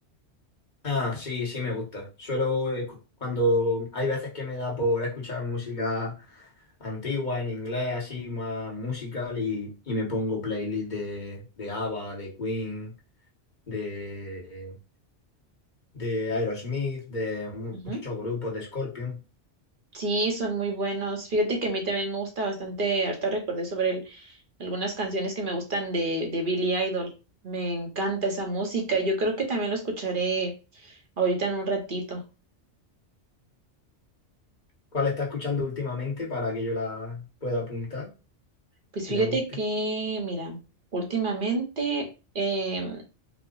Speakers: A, on the left; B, on the right.
A: Ah, sí, sí me gusta. Suelo, eh, cu- cuando hay veces que me da por escuchar música antigua en inglés, así más musical, y, y me pongo playlist de, de ABBA, de Queen, de, de Aerosmith, de muchos
B: Ujú.
A: grupos, de Scorpion.
B: Sí, son muy buenos. Fíjate que a mí también me gusta bastante, ahorita recordé sobre el algunas canciones que me gustan de, de Billie Idol. Me encanta esa música. Yo creo que también lo escucharé ahorita en un ratito.
A: ¿Cuál está escuchando últimamente para que yo la pueda apuntar
B: Pues
A: y
B: fíjate
A: la busque?
B: que, mira, últimamente em,